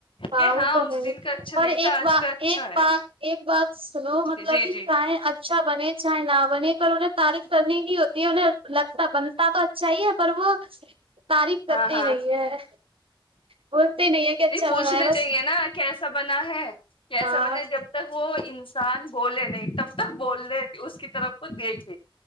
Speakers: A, on the right; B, on the left.
A: ہاں
B: کہ
A: وہ تو
B: اس
A: ہے
B: دن کا اچھا نہیں
A: اور ایک
B: تھا آج
A: بات
B: کا اچھا
A: ایک
B: ہے
A: بات ایک بات سنو مطلب
B: جی
A: کہ
B: جی
A: چاںے اچھا بنے چاہے نہ بنے پر انہیں تعریف کرنی نہیں ہوتی ہے انہیں لگتا بنتا تو اچھا ہی ہے پر وہ تعریف کرتے
B: ہاں ہاں
A: ہی نہیں ہے بولتے نہیں ہے کہ اچھا
B: جی پوچھنا
A: بنا ہے بس
B: چاہیے نا کیسا بنا ہے کیسا
A: ہاں
B: بنا ہے جب تک وہ انسان بولے نہیں تب تک بول رہ اس کی طرف کو دیکھے